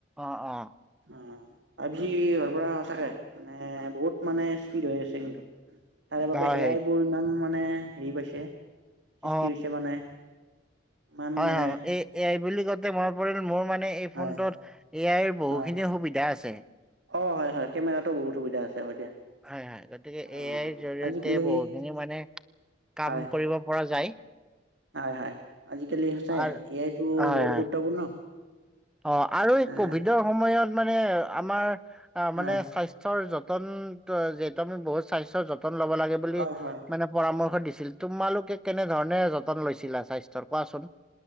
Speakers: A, in the centre; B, on the right.
A: অ অ
B: অ আজি ঘৰ পৰা সঁচাকে মানে বহুত মানে স্পীড হৈ আছে কিন্তু তাৰে বাবে
A: হয়
B: এ
A: হয়
B: আই বোৰ ইমান মা নে হেৰি পাইছে সৃষ্টি
A: অ
B: হৈছে মানে ই
A: অ এই এ আই বুলি কওঁতে মনত পৰিল মোৰ মানে এই
B: হয়
A: ফোনটোত এ আইৰ বহুখিনিয়ে
B: অ
A: সুবিধা আছে
B: অ হয় হয় কেমেৰাতো বহুত সুবিধা আছে হয় দিয়া
A: হয় হয় গতিকে
B: অ
A: এ আইৰ জৰিয়তে
B: আজিকালি
A: বহুখিনি মানে কাম
B: হয়
A: কৰিব পৰা যায়
B: হয় হয়। আজিকালি সচাই
A: আৰু
B: এয়াইতটো
A: হয়
B: বহুত
A: হয়
B: গুৰুত্বপূৰ্ণ।
A: অ আৰু এই
B: আহ
A: কভিডৰ সময়ত মানে আমাৰ
B: হয়
A: মানে স্বাস্থ স্বাসৰ যতন যিহেতু, আমি বহুত স্বাস্থ্যৰ যতন ল'ব লাগে বুলি
B: হয় হয়
A: মানে পৰামৰ্শ দিছিল। তোমালোকে কেনেধৰণে যতন লৈছিলা স্বাস্থ্যৰ কোৱাচোন?